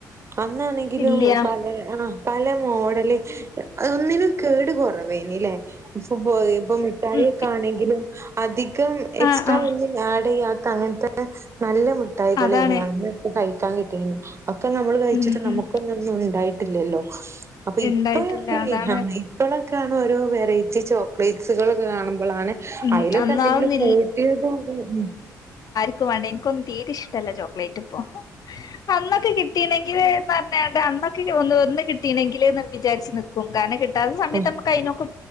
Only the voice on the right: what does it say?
അന്നാണെങ്കിലും
പലേ ആഹ് പല മോഡല് അഒന്നിനും കേട് കൊറവ് <unintelligible> ഇപ്പ മിഠായി
ഇത് അധി കം എക്സ്ട്രാ
ഒ ആടെയ്യാ ത്ത അങ്ങൻത്തെന്നെ നല്ല ട്ടായികളെ
<unintelligible> <unintelligible> ഒക്കെ നമ്മള് കഴ്ച്ച്ട്ട്
നമുക്കൊന്നൊന്നും
ണ്ടായി ട്ട്ല്ലല്ലോ അപ്പൊ
ഇപ്പഴൊക്കെ
ഇപ്പഴ ക്കത് ഓരോ വെറൈറ്റി ചോക്ലേറ്റ്സുകൾ കാണും പ്പളാണ്
അയ്ലൊക്കെ
എന്തെങ്കിലും കൂട്ട്യേത് <unintelligible>
ഉം